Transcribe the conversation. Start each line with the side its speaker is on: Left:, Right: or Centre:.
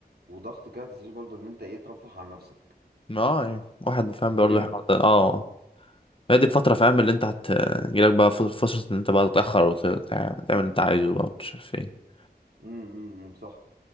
Right: وضغط كده ما تنساش برضه إن أنت إيه ترفه عن نفسك
Left: اه يعني واحد فاهم
Right: مهم
Left: برضه يحاول- اه هي دي الفترة فاهم اللي انت هتجيلك بقى فر- فرصة ان انت بقى تتأخر وتعمل اللي انت عايزه بقى ومش عارف ايه
Right: امم امم، امم، صح